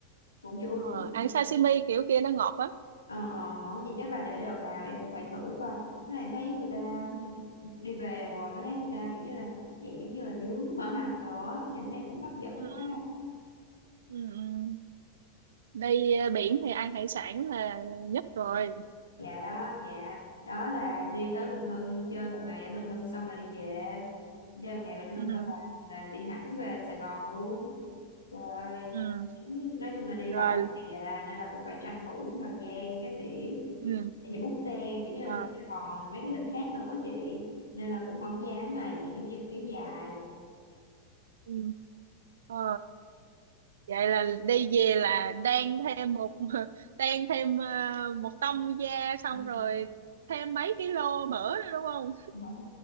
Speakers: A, on the left; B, on the right.
A: cũng chưa có được
B: Ờ,
A: thử
B: ăn sashimi kiểu kia nó ngọt lắm
A: Ờ, ờ, vậy chắc là để đợt nào em cũng phải thử coi. Cái này thấy người ta
B: ừ.
A: đi, đi về rồi mới thấy người ta kiểu như là dạng giống như là nướng mỡ hầm đồ á, nhìn thấy cũng hấp dẫn
B: Ừ,
A: quá.
B: ừ. Ừ, ừ. đi ờ, biển thì ăn hải sản là nhất rồi
A: Dạ đó, dạ. Đó là đi tới Bình Hưng chơi một ngày ở Bình Hưng xong là đi về. Chơi một ngày Bình
B: ừ.
A: Hưng xong là, là đi hẳn về Sài Gòn luôn. Trời ơi.
B: Ừ.
A: Nói chung là đi
B: rồi
A: vậy dạ, nên là cũng phải tranh thủ thời gian các điểm.
B: ừ.
A: tại vì bút xe kiểu như
B: Ờ,
A: là người ta còn mấy cái lịch khác nữa chị nên là cũng không dám mà dạng giống như kiểu dài
B: ừ. Ờ, vậy là đi về là đan thêm một <laughs> đan thêm ờ, một tông da xong
A: <laughs>
B: rồi thêm mấy ký lô mỡ nữa đúng không
A: Không,